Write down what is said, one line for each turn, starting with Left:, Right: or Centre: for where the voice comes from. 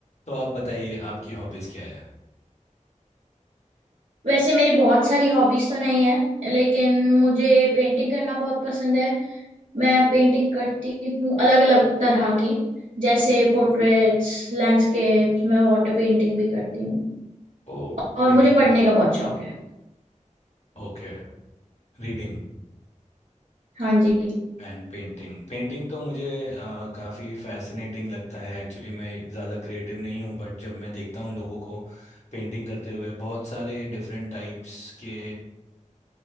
Left: तो आप बताइए आपकी हॉबीज क्या है
Right: वैसे मेरी बहुत सारी हॉबीज तो नहीं है लेकिन मुझे पेंटिंग करना बहुत पसंद है मैं पेंटिंग करती हूँ अलग अलग तरह की जैसे पोर्ट्रेट्स लैंडस्केप्स मैं वाटर पेंटिंग भी करती हूँ
Left: ओ
Right: और
Left: painting
Right: मुझे पढ़ने का बहुत शौक है
Left: okay reading
Right: हाँ जी
Left: and painting Painting तो मुझे अ, काफ़ी फैसिनेटिंग लगता है एक्चुअली मैं ज़्यादा क्रिएटिव नहीं हूँ बट जब मैं देखता हूँ लोगों को पेंटिंग करते हुए बहुत सारे डिफरेंट टाइप्स के